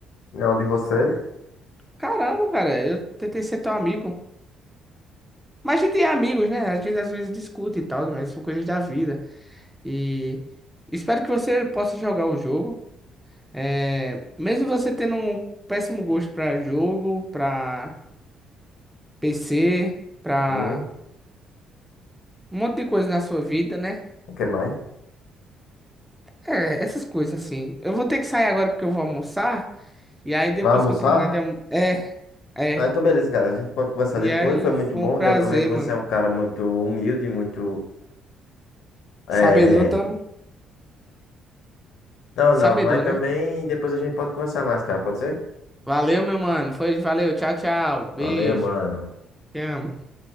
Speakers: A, on the left (about 75°); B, in the centre.
A: Não, de você.
B: Caramba, cara, eu tentei ser teu amigo. Mas a gente é amigos, né? A gente às vezes discute e tal, mas são coisas da vida. E espero que você possa jogar o jogo. É, Mesmo você tendo um péssimo gosto pra jogo, pra PC, pra
A: Hum,
B: um monte de coisa na sua vida, né?
A: o que mais?
B: É, essas coisas assim. Eu vou ter que sair agora porque eu vou almoçar. E aí depois
A: Vai almoçar?
B: que eu terminar de almoçar. É, é.
A: Ah, então beleza, cara. A gente pode conversar
B: E
A: depois.
B: aí
A: Foi muito
B: foi
A: bom.
B: um prazer,
A: Deu pra ver que você
B: mano.
A: é um cara muito humilde, muito. É...
B: Sabedor,
A: é,
B: tamo.
A: é. Não,
B: Sabedor,
A: não, mas também
B: né?
A: depois a gente pode conversar mais, cara. Pode ser?
B: Valeu, meu mano. Foi, valeu. Tchau, tchau. Beijo.
A: Valeu, mano.
B: Te amo.